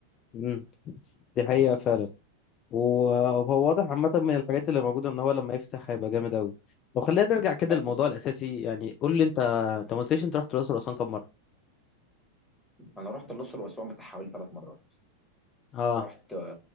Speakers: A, on the left; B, in the centre.
A: امم دي حقيقه فعلا وهو واضح عامة من الحاجات اللي موجودة ان هو لما يفتح هيبقى جامد أوي طب خلينا نرجع كده
B: ايوه
A: للموضوع الأساسي يعني قول لي انت انت ما قلتليش انت رحت الأقصر وأسوان كام مرة؟
B: انا رحت الاقصر واسوان بتاع حوالي ثلاث مرات
A: اه
B: رحت